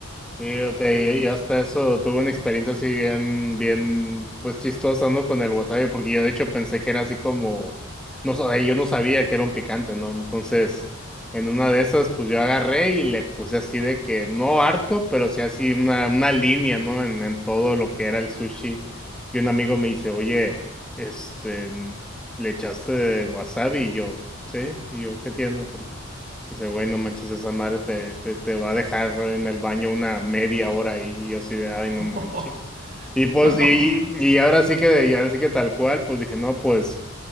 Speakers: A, in the centre; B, on the right (about 35°).
A: Fíjate, y y hasta eso tuve una experiencia así bien, bien, pues chistosa, ¿no? Con el wasabi, porque yo de hecho pensé que era así como, no sé, yo no sabía que era un picante, ¿no? Entonces, en una de esas, pues yo agarré y le puse así de que, no harto, pero sí así una, una línea, ¿no? En, en todo lo que era el sushi. Y un amigo me dice, oye, este, ¿le echaste wasabi? Y yo, sí, y yo, ¿qué tiene? Dice, güey, no manches, esa madre te, te, te va a dejar en el baño una media hora ahí. Y yo así de, ay, no
B: Oh,
A: manches. Y pues,
B: No,
A: y,
B: ma-
A: y y ahora sí que, y ahora sí que tal cual, pues dije, no, pues,